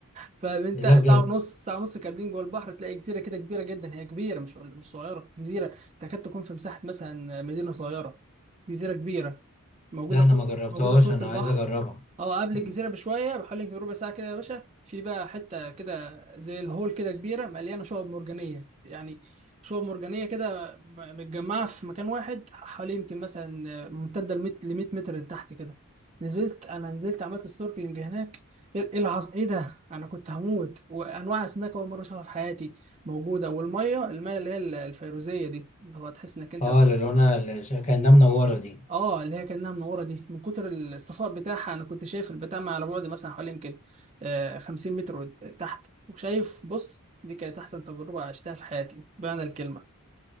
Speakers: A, on the right; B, on the left.
A: فاهم انت
B: لا بجد
A: ساعه ونص ساعه ونص كاملين جوه البحر تلاقي جزيره كده كبيره جدا هي كبيره مش مش صغيره جزيره تكاد تكون في مساحه مثلا مدينه صغيره جزيره كبيره موجوده
B: لا انا
A: في
B: ما
A: وسط
B: جربتهاش
A: موجوده في وسط
B: انا
A: البحر
B: عايز اجربها
A: اه قبل
B: مم.
A: الجزيره بشويه بحوالي يمكن ربع ساعه كده يا باشا في بقى حته كده زي الهول كده كبيره مليانه شعب مرجانيه يعني شعب مرجانيه كده متجمعه في مكان واحد حوالي يمكن مثلا ممتده ل 100 متر لتحت كده نزلت انا نزلت عملت سنوركلينج هناك ايه إيه العظ ايه ده انا كنت هموت وانواع اسماك اول مره اشوفها في حياتي موجوده والميه الميه اللي هي ال- الفيروزيه دي اللي هو تحس انك انت
B: اه للونة اللي ش- كأنها منورة دي
A: اه اللي هي كانها منوره دي من كتر الصفاء بتاعها انا كنت شايف البتاع مع- على بعد مثلا حوالي يمكن آه، 50 متر تحت وشايف بص دي كانت احسن تجربه عشتها في حياتي بمعنى الكلمه